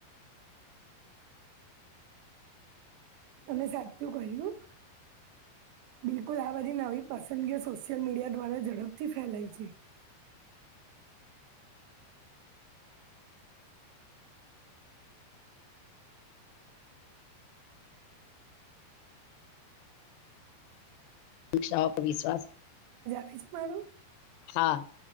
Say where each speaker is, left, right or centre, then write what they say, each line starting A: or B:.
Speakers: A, on the right; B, on the left.
A: તમે સાચું કહ્યું બિલકુલ આ બધી નવી પસંદગી સોશિયલ મીડિયા દ્વારા ઝડપથી ફેલાય છે
B: <inaudible> <inaudible> વિશ્વાસ-
A: એજ મારો
B: હા